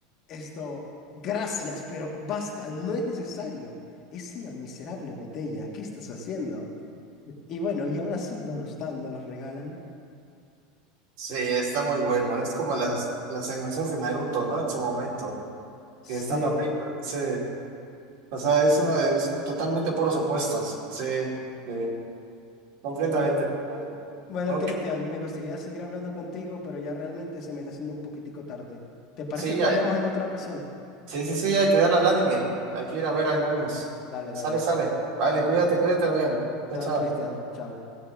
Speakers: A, on the left; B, on the right.
A: esto, gracias, pero basta, no es necesario. Es una miserable botella, ¿qué estás haciendo? Y bueno, y aún así no nos dan, no las regalan.
B: Sí, está muy bueno. Es como las, las animaciones de Naruto, ¿no? En su momento.
A: Sí,
B: Que están horribles. Sí. O sea, es una de es totalmente por los opuestos. Sí, sí. Completamente.
A: y bueno.
B: de acuerdo.
A: Bueno,
B: Ok.
A: Cristian, me gustaría seguir hablando contigo, pero ya realmente se me está haciendo un poquitico tarde. ¿Te parece
B: Sí, ya-
A: que hablemos en otra ocasión?
B: sí, sí, sí, hay que darle al anime. Hay que ir a ver algunos.
A: Dale,
B: Sale,
A: dale,
B: sale. Vale,
A: dale.
B: cuídate, cuídate, Adrián. Chao,
A: Chao,
B: chao.
A: Cristian, chao.